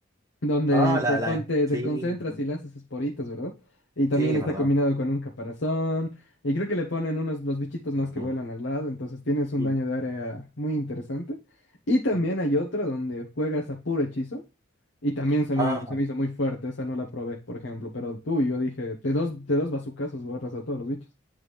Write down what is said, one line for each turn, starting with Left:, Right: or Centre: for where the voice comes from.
Left: donde
Right: Ah, la,
Left: te,
Right: la,
Left: pon- te,
Right: sí,
Left: te concentras y lanzas esporitas, ¿verdad? Y también
Right: sí, es
Left: está
Right: verdad.
Left: combinado con un caparazón, y creo que le ponen unos los bichitos más
Right: Ujú,
Left: que vuelan al lado, entonces tienes un
Right: ujú,
Left: daño de área muy interesante. Y también
Right: Sí.
Left: hay otro donde juegas a puro hechizo, y también se me,
Right: Ajá.
Left: se me hizo muy fuerte, esa no la probé, por ejemplo, pero tú y yo dije, de dos, de dos bazucazos borras a todos los bichos.